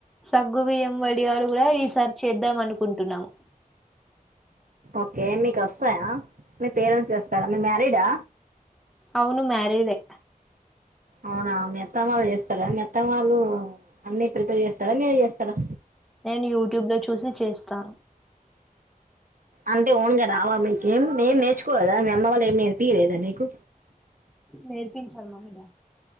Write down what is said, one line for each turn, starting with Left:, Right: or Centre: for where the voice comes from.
Centre: సగ్గుబియ్యం వడియారు కూడా ఈసారి చేద్దాం అనుకుంటున్నాము
Right: ఓకే మీకు వస్తాయా మీ పేరెంట్స్ చేస్తారా మీ మ్యారీడా
Centre: అవును మ్యారిడే
Right: అవునా మీ మెత్తమాళ్ళు చేస్తారా మెత్తమాళ్ళు అన్ని ప్రిపేర్ చేస్తారా మీరే చేస్తారా
Centre: నేను యూట్యూబ్ లో చూసి చేస్తాను
Right: అంటే ఓన్గా రావా మీకేం నేం నేర్చుకోలేదా మీ అమ్మ వాళ్ళ ఏం నేర్పీయలేదా మీకు
Centre: నేర్పించారు మమ్మ డా